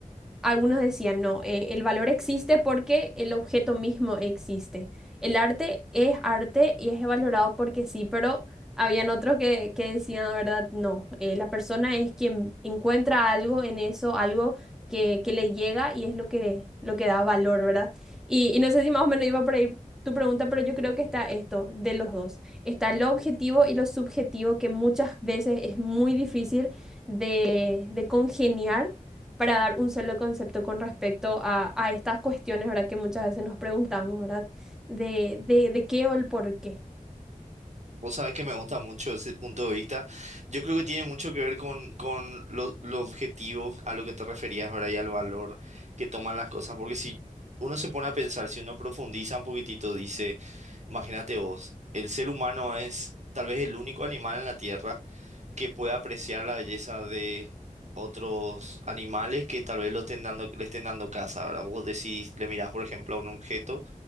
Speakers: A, in the centre; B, on the right.
A: algunos decían, no, eh, el valor existe porque el objeto mismo existe. El arte es arte y es valorado porque sí, pero habían otros que, que decían, la verdad, no, eh, la persona es quien encuentra algo en eso, algo que, que le llega y es lo que, lo que da valor, ¿verdad? Y, y no sé si más o menos iba por ahí tu pregunta, pero yo creo que está esto, de los dos. Está lo objetivo y lo subjetivo, que muchas veces es muy difícil de, de congeniar para dar un solo concepto con respecto a, a estas cuestiones, ¿verdad? Que muchas veces nos preguntamos, ¿verdad? De, de, de qué o el por qué.
B: Vos sabés que me gusta mucho ese punto de vista. Yo creo que tiene mucho que ver con, con lo, lo objetivo a lo que te referías, ¿verdad? Y al valor que toman las cosas. Porque si uno se pone a pensar, si uno profundiza un poquitito, dice, imagínate vos, el ser humano es tal vez el único animal en la Tierra que puede apreciar la belleza de otros animales que tal vez lo estén dando, le estén dando caza, ¿verdad? Vos decís, le mirás, por ejemplo, a un objeto